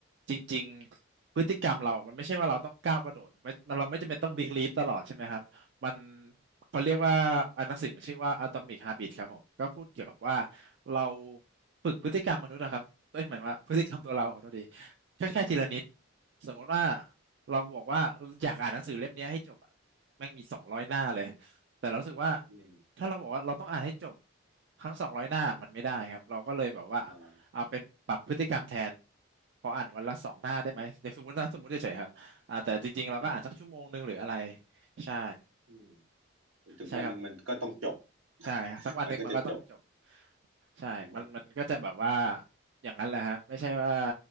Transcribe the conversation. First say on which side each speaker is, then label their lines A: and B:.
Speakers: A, on the right; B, on the right.
A: จริงๆพฤติกรรมเรามันไม่ใช่ว่าเราต้องก้าวกระโดดไม่เราไม่จำเป็นต้องบิ๊กลีฟตลอดใช่ไหมครับมันเขาเรียกว่าอันหนังสือมันชื่อว่า Atomic Habit ครับผมก็พูดเกี่ยวกับว่าเราฝึกพฤติกรรมมนุษย์นะครับเอ้ยหมายความว่าพฤติกรรมตัวเราขอโทษดีแค่แค่ทีละนิดสมมติว่าเราบอกว่าอยากอ่านหนังสือเล่มเนี้ยให้จบอะแม่งมีสองร้อยหน้าเลย แต่เรารู้สึกว่า
B: อืม
A: ถ้าเราบอกว่าเราต้องอ่านให้จบทั้งสองร้อยหน้ามันไม่ได้ครับเราก็เลยแบบว่า
B: อืม
A: เอาเป็นปรับพฤติกรรมแทนพออ่านวันละสองหน้าได้ไหมอย่างสมมตินะสมมติเฉยๆครับอ่าแต่จริงๆเราก็อ่านสักชั่วโมงหนึ่งหรืออะไร
B: อืม
A: ใช่
B: อืมจนถึงวันหนึ่งมันก็ต้องจบ
A: ใช่ครับ ใช่ฮะสักวันหนึ่งมันก็ต้องจบ
B: <laughs> มันก็จะจบ
A: ใช่มันมันก็จะแบบว่า
B: อ๋อ
A: อย่างนั้นแหละฮะไม่ใช่ว่า